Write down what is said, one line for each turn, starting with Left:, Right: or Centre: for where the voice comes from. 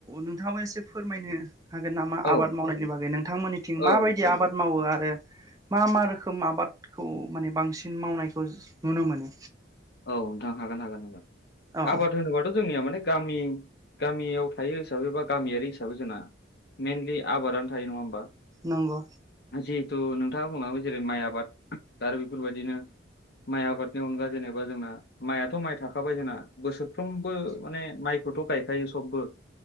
Right: नोंथांङाबो एसे फोरमायनो, हागोन नामा?
Left: औ
Right: आबाद मावनायनि बागै नोंथांमोननिथिं
Left: औ
Right: माबायदि
Left: औ
Right: आबाद मावो आरो मा मा रोखोम आबादखौ माने बांसिन मावनायखौ नुनो मोनो?
Left: औ नोंथां हागोन हागोन हागोन
Right: औ
Left: आबाद होनोबाथ' जोंनिया माने गामि गामियाव थायो हिसाबै बा गामियारि हिसाबै जोंना, मेनलि आबादानो थायो नंङा होमबा,
Right: नंगौ।
Left: जिहेथु नोंथांङा बुंलाङो जेरै माइ आबाद आरो बेफोरबायदिनो, माइ आबादनि अनगा जेनेबा जोंना, माइथ' माइ थाखाबाय जोंना बोसोरफ्रोमबो माने माइखौथ' गायखायो सबबो,